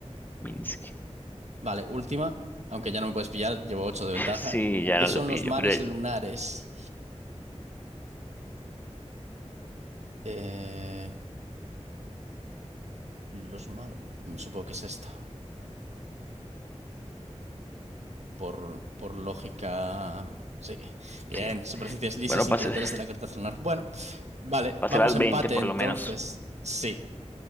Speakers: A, on the left; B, on the right.
A: Minsk.
B: Vale, última. Aunque ya no me puedes pillar, llevo 8 de ventaja.
A: <laughs> Sí, ya
B: ¿Qué
A: no
B: son
A: lo pillo,
B: los mares
A: pero eh,
B: lunares? Eh, los mares... Supongo que es esta. por, por lógica. Sí, bien,
A: sí.
B: superficies lisas
A: Bueno,
B: sin
A: pasé,
B: cráteres
A: <laughs>
B: de la carta lunar. Bueno, vale,
A: pasé
B: vamos
A: las
B: a
A: 20
B: empate
A: por
B: entonces.
A: lo menos.
B: Sí,